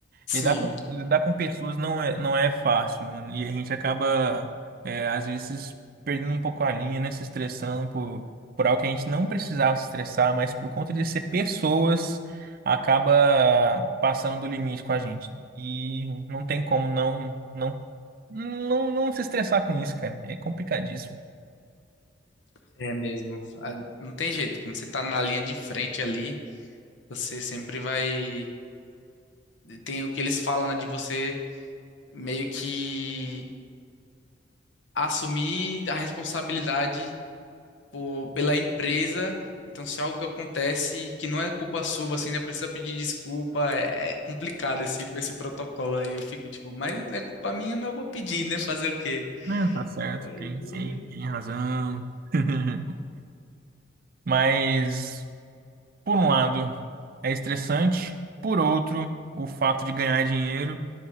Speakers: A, on the left; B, on the right.
A: Sim,
B: Lidar com, lidar com pessoas não é, não é fácil, mano. E a gente acaba, é, às vezes, perdendo um pouco a linha, né? Se estressando por, por algo que a gente não precisava se estressar, mas por conta de ser pessoas, acaba passando do limite com a gente. E não tem como não, não, não, não se estressar com isso, cara. É complicadíssimo.
A: é mesmo. Ah, Não tem jeito, quando você tá na linha de frente ali, você sempre vai. Tem o que eles falam, né, de você meio que assumir a responsabilidade por- pela empresa. Então, se algo que acontece que não é culpa sua, você ainda precisa pedir desculpa. É, é complicado esse, esse protocolo aí. Eu fico tipo, mas não é culpa minha, mas eu vou pedir, né? Fazer o quê?
B: Não, tá certo,
A: Aí
B: tem, sim,
A: é
B: tem razão. <laughs> Mas, por um lado, é estressante, por outro, o fato de ganhar dinheiro